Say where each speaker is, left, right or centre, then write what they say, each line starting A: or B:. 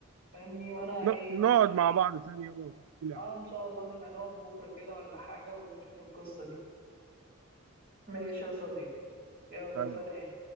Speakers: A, on the right; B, on the right.
A: فاهمني وانا
B: ن-
A: ايه
B: نقعد مع بعض تاني يابا وتحكي لي
A: اه
B: عنه
A: ان شاء الله نبقى نقعد بكره كده ولا حاجه ونشوف القصه دي ماشي يا صديقي يلا
B: تمام
A: سلام